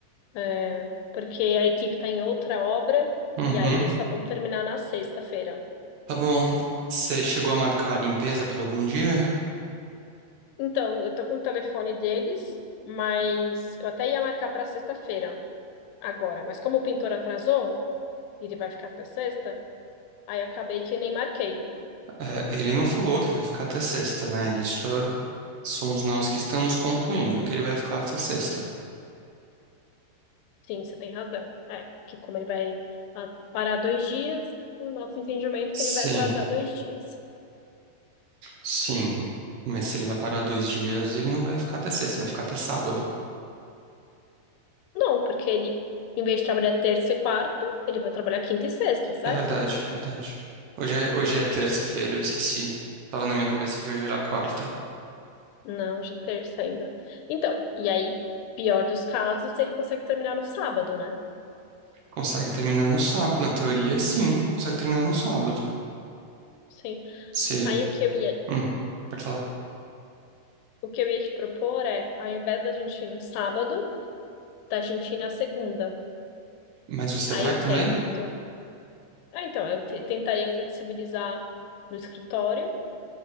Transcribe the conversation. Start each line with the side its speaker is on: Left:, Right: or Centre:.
Left: É, porque a equipe tá em outra obra.
Right: Uhum,
Left: E aí eles só vão terminar na sexta-feira.
Right: tá bom. Você chegou a marcar a limpeza para algum dia?
Left: Então, eu tô com o telefone deles, mas eu até ia marcar para sexta-feira agora. Mas como o pintor atrasou, e ele vai ficar até sexta, aí acabei que nem marquei.
Right: É, ele não falou que vai ficar até sexta, né? Isso é- somos nós que estamos concluindo que ele vai ficar até sexta.
Left: Sim, você tem razão. É, que como ele vai ah, parar dois dias, o nosso entendimento
Right: Sim,
Left: é que ele vai atrasar dois dias.
Right: sim. Mas se ele vai parar dois dias, ele não vai ficar até sexta, ele vai ficar até sábado.
Left: Não, porque ele, em vez de trabalhar terça e quarta, ele vai trabalhar quinta e sexta, certo?
Right: É verdade, verdade. Hoje é, hoje é terça-feira, eu esqueci. Tava na minha cabeça que hoje era quarta.
Left: Não, hoje é terça ainda. Então, e aí, pior dos casos, ele consegue terminar no sábado, né?
Right: Consegue terminar no sábado, na teoria, sim, consegue terminar no sábado.
Left: Sim.
Right: Você.
Left: Aí o que eu ia
Right: Hum, pode falar.
Left: O que eu ia te propor é, ao invés da gente ir no sábado, da gente ir na segunda.
Right: Mas você
Left: Aí
Right: vai
Left: eu
Right: também?
Left: tento. Ah, então, eu te- tentaria flexibilizar no escritório,